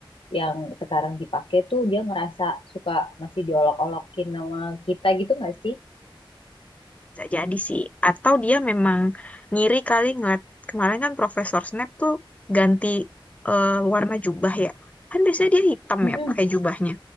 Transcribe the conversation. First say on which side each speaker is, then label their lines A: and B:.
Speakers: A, on the left; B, on the left.
A: yang sekarang dipakai tuh dia ngerasa suka masih diolok-olokin sama kita gitu nggak sih?
B: Bisa jadi sih. Atau dia memang ngiri kali ngeliat kemarin kan Profesor Snape tuh ganti eh, warna jubah ya. Kan biasanya dia hitam
A: Mm-mm,
B: ya pakai jubahnya.